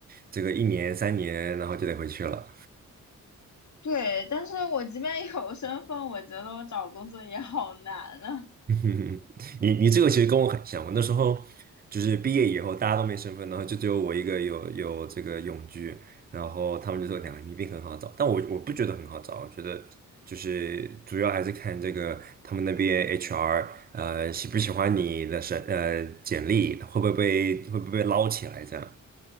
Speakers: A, on the right; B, on the left.
A: 这个一年三年，然后就得回去了。
B: 对，但是我即便有身份，我觉得我找工作也好难啊。
A: <laughs> 嗯你你这个其实跟我很像，我那时候就是毕业以后大家都没身份，然后就只有我一个有有这个永居，然后他们就说两个你一定很好找，但我我不觉得很好找，我觉得就是主要还是看这个他们那边 HR 呃喜不喜欢你的审呃简历，会不会被会不会被捞起来这样。